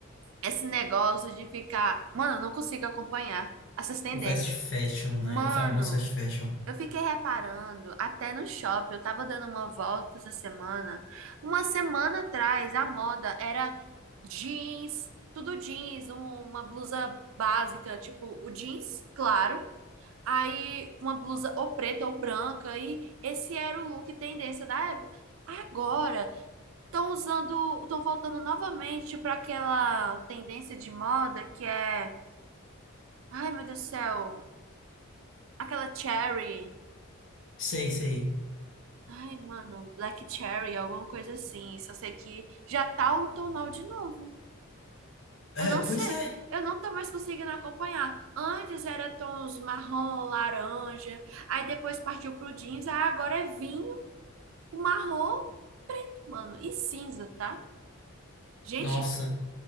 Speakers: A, on the right; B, on the left.
A: esse negócio de ficar, mano, eu não consigo acompanhar essas tendências.
B: O fast fashion,
A: Mano,
B: né? O famoso fast fashion.
A: Eu fiquei reparando, até no shopping, eu tava dando uma volta essa semana. Uma semana atrás, a moda era jeans, tudo jeans, um- uma blusa básica, tipo o jeans, claro. Aí uma blusa ou preta ou branca, e esse era o look tendência da época. Agora, estão usando, estão voltando novamente para aquela tendência de moda que é, ai meu Deus do céu, aquela cherry.
B: Sei, sei.
A: Ai, mano, Black Cherry, alguma coisa assim. Só sei que já tá outonal de novo.
B: É,
A: Eu não sei.
B: pois é.
A: Eu não tô mais conseguindo acompanhar. Antes era tons marrom, laranja. Aí depois partiu pro jeans. Aí agora é vinho, marrom, mano, e cinza, tá? Gente,
B: Nossa,